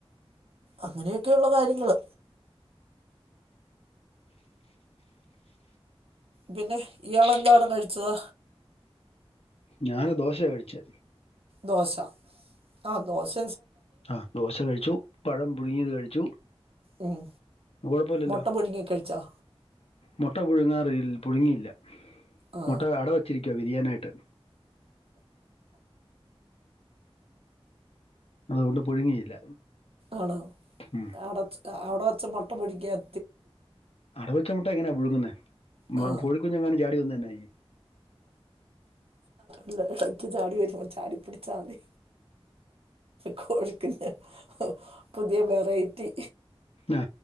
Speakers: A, on the right (about 65°); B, on the left (about 70°).
A: അങ്ങനെയൊക്കെയള്ള കാര്യങ്ങള് പിന്നെ ഇയാളെന്താണ് കഴിച്ചത്
B: ഞാന് ദോശയാ കഴിച്ചെ
A: ദോശ ആഹ് ദോശ
B: ആഹ് ദോശ കഴിച്ചു പഴം പുഴുങ്ങിയത് കഴിച്ചു
A: ഉം.
B: അപ്പം കൊഴപ്പില്ലല്ലോ
A: മുട്ട പുഴുങ്ങി കഴിച്ചാ
B: മുട്ട പുഴുങ്ങാറില്ല പുഴുങ്ങിയില്ല
A: ആ
B: മുട്ടാ അട വെച്ചിരിക്ക് ക്കെ വിരിയാനായിട്ട് അതുകൊണ്ട് പുഴുങ്ങിയില്ല
A: ആണോ
B: ഉം.
A: അവിട അവിടെ വച്ച മുട്ട പിടിക്കാൻ
B: അടവെച്ചമുട്ട എങ്ങനാ പുഴു ന്നെ മ
A: ആ
B: കോഴി കുഞ്ഞ് എങ്ങാനും ചാടി വന്നാ എന്നാ ചെയ്യും
A: ഇടക്കിടെക്ക് ചാടി വരുമ്പോ ചാടി പിടിച്ചാ മതി കോഴി കുഞ്ഞ് പുതിയ വെറൈറ്റി
B: ആ